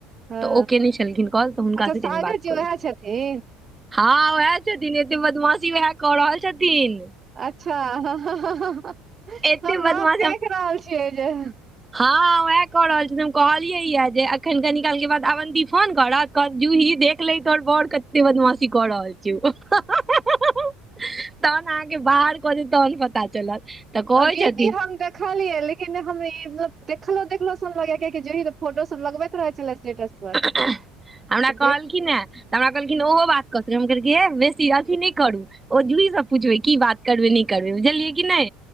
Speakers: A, on the right; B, on the right.
A: हँ
B: तऽ ओ कयने छलखिन कॉल तऽ हुनकासँ
A: अच्छा सागर
B: कनि बात
A: जी
B: कऽ लहु
A: उएह छथिन
B: हँ उएह छथिन एते बदमाशी उएह कऽ रहल छथिन
A: अच्छा ह ह ह
B: एते
A: नाम
B: बदमाशी
A: देख
B: हम-
A: रहल छियै जे
B: हँ उएह कऽ रहल छी हम कहलियै या जे एखन कनी काल के बाद आवन्ती फोन करत क जूही देख ले तोहर बोर के बदमाासी कऽ रहल छी उ हं हं हं हं तहन अहाँके बाहर कऽ दे तहन पता चलत तऽ कहै
A: दीदी
B: छथिन
A: हम देखलियै ले् ई ने हम् देखलो देखलो सुन लगा <unintelligible> कि फोटो सब लगबैत रहे छले स्टेटस पर
B: <unintelligible> हमरा
A: तऽ देख
B: कहलखिन यऽ तऽ हमरा कहलखिन ओहो बात कऽ सकै हम कहलकै हे बेसी अथी नहि करू ओ जुही सब पुछबै की बात करबै नै करबै बुझलियै कि नै